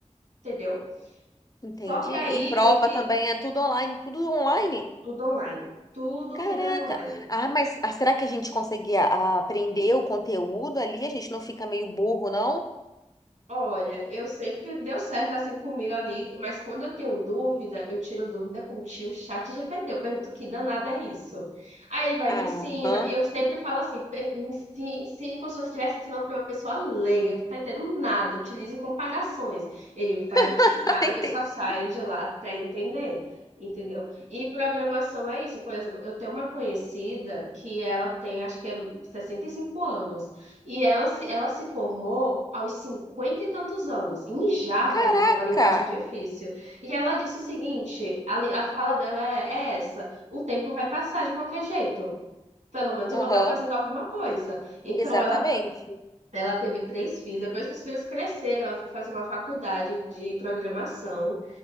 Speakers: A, on the right; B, on the left.
A: entendeu?
B: Entendi.
A: Só que aí
B: E prova
A: eu que
B: também, é tudo online, tudo online.
A: tudo online. Tudo,
B: Caraca.
A: tudo é online.
B: Ah, mas ah, será que a gente consegue a- aprender o conteúdo ali? A gente não fica meio burro, não?
A: Olha, eu sempre deu certo assim comigo ali, mas quando eu tenho dúvida, eu tiro dúvida com o tio chat GPT. Eu pergunto que danada é isso. Aí ele vai e
B: Aham.
A: me ensina, e eu sempre falo assim, "Per- me ensi- ensine, como se você estivesse ensinando para uma pessoa leiga, que tá entendendo nada, utilize comparações. Ele vai me
B: <laughs>
A: ensinar,
B: Entendi.
A: eu só saio de lá até entender. Entendeu? E programação é isso. Por exemplo, eu tenho uma conhecida que ela tem, acho que é 65 anos. E ela se, ela se formou aos cinquenta e tantos anos, em Java
B: Caraca.
A: ainda, que é uma linguagem difícil. E ela disse o seguinte: a, li- a fala dela é, é essa: o tempo vai passar de qualquer jeito. Pelo menos eu
B: Aham.
A: vou estar fazendo alguma coisa. Então
B: Exatamente.
A: ela, ela teve três filhos. Depois que os filhos cresceram, ela foi fazer uma faculdade de programação.